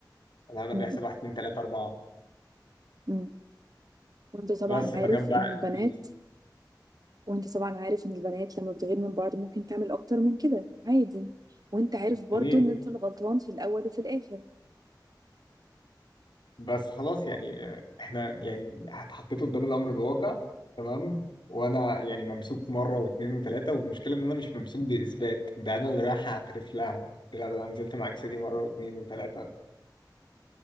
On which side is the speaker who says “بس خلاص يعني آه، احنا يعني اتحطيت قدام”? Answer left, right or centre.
Left